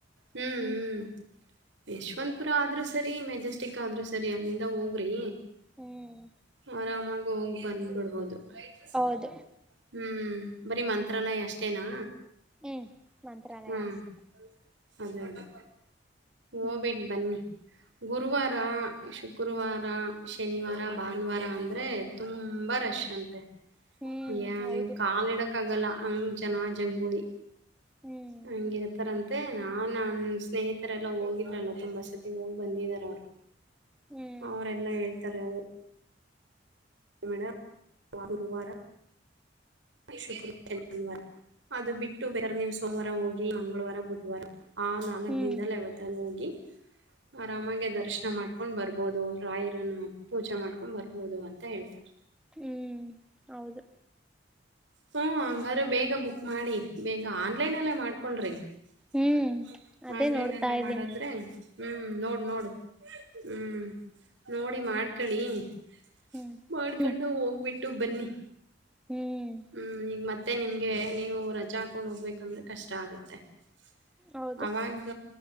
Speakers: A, on the right; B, in the centre.
A: ಹ್ಮ್ ಹ್ಮ್ ಯಶವಂತಪುರ ಆದ್ರು ಸರಿ ಮೆಜೆಸ್ಟಿಕ್ ಆದ್ರು ಸರಿ ಅಲ್ಲಿಂದ ಹೋಗ್ರಿ
B: ಹ್ಮ್
A: ಆರಾಮಾಗಿ ಹೋಗಿ ಬಂದ್ಬಿಡ್ಬೋದು. <unintelligible>
B: ಹೌದು
A: ಹ್ಮ್ ಬರಿ ಮನ್ ತ್ರಾಲಯ ಅಷ್ಟೇನಾ
B: ಹ್ಮ್ ಮಂತ್ರಾಲಯ
A: ಹ್ಮ್
B: ಅಷ್ಟೇ.
A: ಅದೇ ಅದೇ ಹೋಗ್ಬಿಟ್
B: ಹ್ಮ್
A: ಬನ್ನಿ. ಗುರುವಾರ ಶುಕ್ರವಾರ ಶನಿವಾರ ಭಾನುವಾರ ಅಂದ್ರೆ ತುಂಬಾ ರಶ್ ಅಂತೆ.
B: ಹ್ಮ್
A: ಏನ್
B: ಹೌದು
A: ಕಾಲಿಡಕ್ ಆಗಲ್ಲ. ಅಂಗ್ ಜನಾ ಜಂಗುಳಿ
B: ಹ್ಮ್
A: <unintelligible> ಹಂಗಿರತರ ಅ ತೆ ನಾ ನನ್ ಸ್ನೇಹಿ ತೆ ರ ಎಲ್ಲ ಹೋಗಿದ್ರಲ್ಲ ತುಂಬಾ ಸತಿ ಹೋಗಿ ಬಂದಿದರ ಅವ್ರು.
B: ಹ್ಮ್
A: ಅವರೆಲ್ಲಾ ಹೇಳ್ತಾರೆ ಓ ಡ <unintelligible> ಗುರುವಾರ ಶುಕ್ರವಾರ <unintelligible> ಅದು ಬಿಟ್ಟು ಬೇರೆ ನೀವು ಸೋಮವಾರ ಹೋಗಿ ಮಂಗಳವಾರ ಬುದುವಾರ ಹಾ ನಾಲ್ಕ್
B: ಹ್ಮ್
A: ದಿನದಲ್ಲಿ ಯಾವತ್ತಾದ್ರೂ ಹೋಗಿ ಆರಾಮಾಗಿ ದರ್ಶನ ಮಾಡ್ಕೊಂಡ್ ಬರ್ಬೋದು ರಾಯರನ್ನ ಪೂಜೆ ಮಾಡ್ಕೊಂಡ್ ಬರ್ಬೋದು ಅಂತ ಹೇಳ್ತರೆ.
B: ಹ್ಮ್ ಹೌದು.
A: ಹ್ಮ ಹಂಗಾದ್ರೆ ಬೇಗ ಬುಕ್ ಮಾಡಿ ಬೇಗ ಆನ್ಲೈನ್ಲ್ಲೇ ಮಾಡ್ಕೊಳ್ರಿ. <unintelligible>
B: ಹ್ಮ್ ಅದೇ
A: ಆನ್ಲೈನ್
B: ನೋಡ್ತಾ
A: ಅಲ್ಲೇ
B: ಇದ್ದೀನಿ
A: ಮಾಡಿದ್ರೆ ಹ್ಮ್ ನೋಡ್ ನೋಡು. ಹ್ಮ್ <unintelligible> ನೋಡಿ ಮಾಡ್ಕಳಿ <unintelligible>
B: ಹ್ಮ್
A: ಮಾಡ್ಕೊಂಡು
B: ಹ್ಮ್
A: ಹೋಗ್ಬಿಟ್ ಟ್ಟು ಬನ್ನಿ
B: ಹ್ಮ್
A: ಹ್ಮ್ ಈಗ ಮತ್ ಮತ್ತೆ ನಿಮ್ಗೆ ನೀವು ರಜಾ ಹಾಕೊಂಡ್ ಹೋಗ್ಬೇಕಂದ್ರೆ ಕಷ್ಟ ಆಗತ್ತೆ. <unintelligible>
B: ಹೌದು
A: ಅವಾಗ